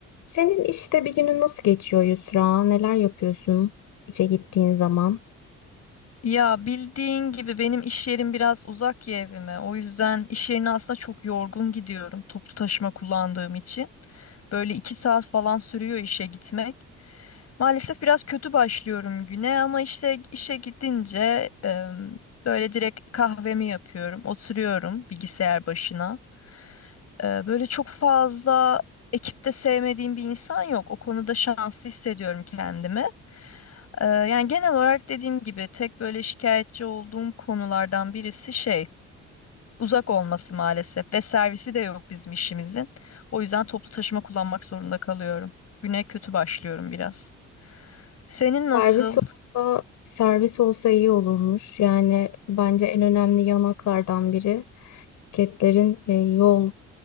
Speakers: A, on the left; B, on the left.
A: Senin işte bir günün nasıl geçiyor Yusra? Neler yapıyorsun işe gittiğin zaman?
B: Ya bildiğin gibi benim iş yerim biraz uzak ya evime. O yüzden iş yerine aslında çok yorgun gidiyorum toplu taşıma kullandığım için. Böyle iki saat falan sürüyor işe gitmek. Maalesef biraz kötü başlıyorum güne ama işte işe gidince em, böyle direkt kahvemi yapıyorum. Oturuyorum bilgisayar başına. E, böyle çok fazla ekipte sevmediğim bir insan yok. O konuda şanslı hissediyorum kendimi. Ee, yani genel olarak dediğim gibi tek böyle şikayetçi olduğum konulardan birisi şey uzak olması maalesef ve servisi de yok bizim işimizin. O yüzden toplu taşıma kullanmak zorunda kalıyorum. Güne kötü başlıyorum biraz. Senin nasıl?
A: Servis olsa servis olsa iyi olurmuş. Yani bence en önemli yanaklardan biri şirketlerin e, yol